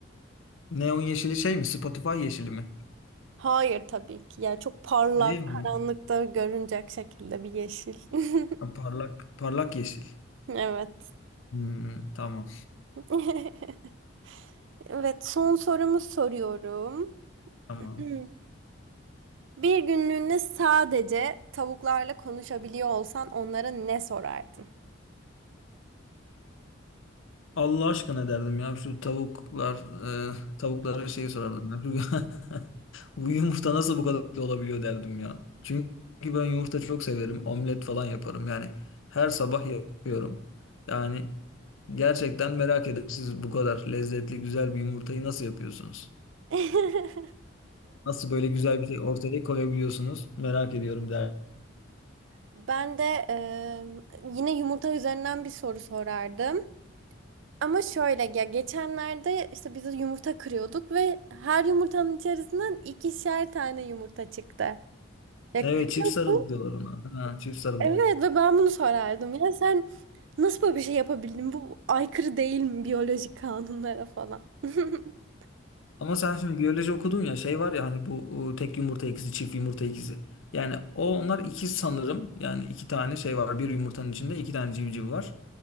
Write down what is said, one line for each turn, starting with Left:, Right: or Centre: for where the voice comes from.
Left: Neon yeşili şey mi? Spotify yeşili mi?
Right: Hayır tabii ki. Yani çok parlak,
Left: Değil mi?
Right: karanlıkta görünecek şekilde bir yeşil. <laughs>
Left: Ha, parlak parlak yeşil.
Right: Evet.
Left: Hmm, tamam.
Right: <laughs> Evet, son sorumu soruyorum.
Left: Tamam.
Right: <clears throat> Hmm. Bir günlüğüne sadece tavuklarla konuşabiliyor olsan onlara ne sorardın?
Left: Allah aşkına derdim ya şu tavuklar e, tavuklara şey sorardım. <laughs> Bu yumurta nasıl bu kadar lezzetli olabiliyor derdim ya. Çünkü ben yumurta çok severim. Omlet falan yaparım. Yani her sabah yapıyorum. Yani gerçekten merak ederim siz bu kadar lezzetli güzel bir yumurtayı nasıl yapıyorsunuz?
Right: <laughs> ben
Left: Nasıl böyle güzel bir şey ortaya koyabiliyorsunuz? Merak ediyorum derdim.
Right: Ben de e, yine yumurta üzerinden bir soru sorardım. Ama şöyle ya geçenlerde işte biz yumurta kırıyorduk ve her yumurtanın içerisinden ikişer tane yumurta çıktı. Ya
Left: Evet
Right: kırıyorsun.
Left: çift sarılı diyorlar ona. Ha, çift sarılı.
Right: Evet ve ben bunu sorardım. Ya sen nasıl böyle bir şey yapabildin? Bu aykırı değil mi biyolojik kanunlara falan? <laughs>
Left: Ama sen şimdi biyoloji okudun ya şey var ya hani bu e, tek yumurta ikizi çift yumurta ikizi. Yani o onlar ikiz sanırım. Yani iki tane şey var. Bir yumurtanın içinde iki tane civciv var.